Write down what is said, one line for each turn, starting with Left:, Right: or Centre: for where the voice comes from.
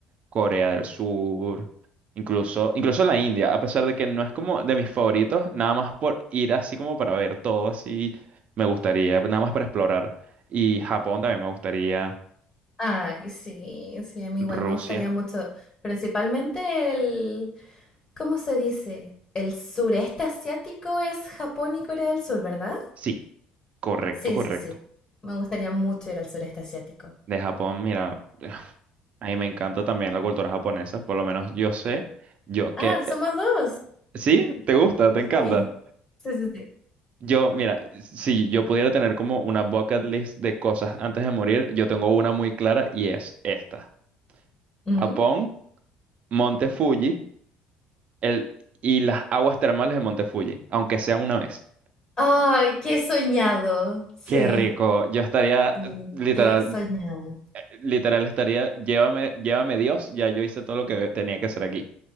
Right: Corea del Sur, incluso, incluso la India, a pesar de que no es como de mis favoritos, nada más por ir así como para ver todo así, me gustaría, nada más para explorar. Y Japón también me gustaría,
Left: Ay, sí, sí, a mí igual
Right: Rusia.
Left: me gustaría mucho. Principalmente el, ¿Cómo se dice? El sureste asiático es Japón y Corea del Sur, ¿verdad?
Right: Sí, Correcto,
Left: Sí,
Right: correcto.
Left: sí, sí. Me gustaría mucho ir al sureste asiático.
Right: De Japón, mira, <sighs> a mí me encanta también la cultura japonesa, por lo menos yo sé, yo
Left: Ah,
Right: que...
Left: somos dos.
Right: ¿Sí? ¿Te gusta? ¿Te
Left: Sí,
Right: encanta?
Left: sí, sí, sí.
Right: Yo, mira, si yo pudiera tener como una bucket list de cosas antes de morir, yo tengo una muy clara y es esta.
Left: Mm.
Right: Japón, Monte Fuji, el, y las aguas termales de Monte Fuji, aunque sea una vez.
Left: Ay, qué soñado. Sí.
Right: Qué rico. Yo estaría,
Left: Y
Right: literal,
Left: qué soñado.
Right: literal estaría, llévame, llévame Dios, ya yo hice todo lo que tenía que hacer aquí.